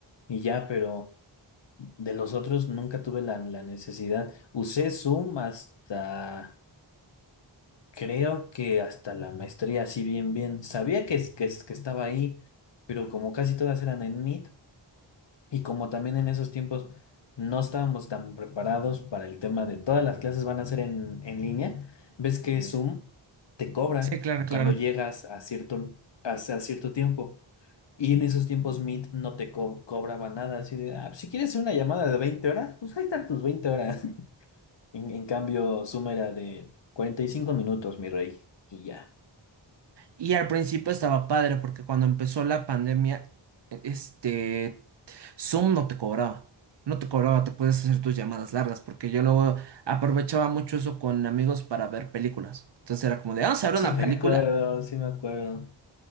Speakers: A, on the left; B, on the right.
A: y ya, pero de los otros nunca tuve la, la necesidad. Usé Zoom hasta, creo que hasta la maestría, así bien, bien. Sabía que, es- que, es- que estaba ahí, pero como casi todas eran en Meet. Y como también en esos tiempos no estábamos tan preparados para el tema de todas las clases van a ser en, en línea, ves que Ujú. Zoom te cobra
B: sí, claro, claro.
A: cuando llegas a cierto, a, a cierto tiempo. Y en esos tiempos Meet no te co- cobraba nada. Así de, "Ah, pues, si quieres una llamada de 20 horas, pues ahí están tus 20 horas. <laughs> En, en cambio, Zoom era de 45 minutos, mi rey. Y ya.
B: Y al principio estaba padre porque cuando empezó la pandemia, este, Zoom no te cobraba. No te cobraba, te puedes hacer tus llamadas largas porque yo luego aprovechaba mucho eso con amigos para ver películas. Entonces era como de, vamos a ver
A: Sí
B: una
A: me
B: película
A: acuerdo, sí me acuerdo.